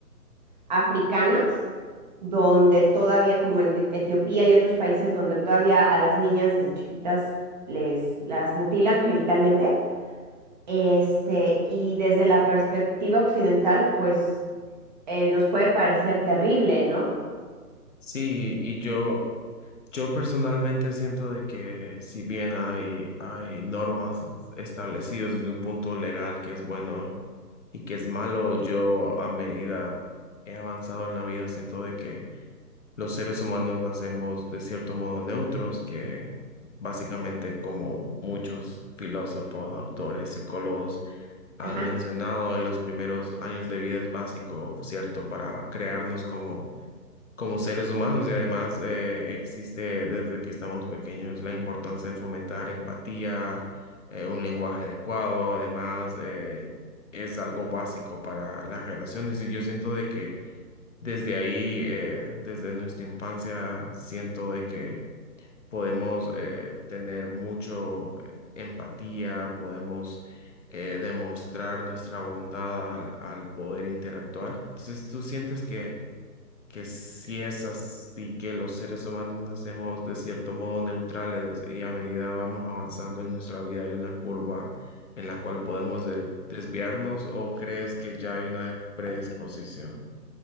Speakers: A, on the right; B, on the left.
A: africanas, donde todavía, como en E-, Etiopía y otros países donde todavía a las niñas desde chiquitas les las mutilan genitalmente. Este, y desde la perspectiva occidental, pues eh, nos puede parecer terrible, ¿no?
B: Sí, y yo, yo personalmente siento de que si bien hay, hay normas establecidas desde un punto legal que es bueno, y que es malo. Yo a medida he avanzado en la vida, siento de que los seres humanos nacemos de cierto modo neutros, que básicamente como muchos filósofos, autores, psicólogos han
A: Ajá.
B: mencionado en los primeros años de vida es básico, ¿cierto?, para crearnos como como seres humanos y además eh, existe desde que estamos pequeños la importancia de fomentar empatía, eh, un lenguaje adecuado, además eh, es algo básico para las relaciones y yo siento de que desde ahí, eh, desde nuestra infancia, siento de que podemos eh, tener mucho empatía, podemos... eh, demostrar nuestra bondad al al poder interactuar. Entonces, ¿tú sientes que que si es así que los seres humanos nacemos de cierto modo neutrales y a medida vamos avanzando en nuestra vida hay una curva en la cual podemos de- desviarnos o crees que ya hay una predisposición?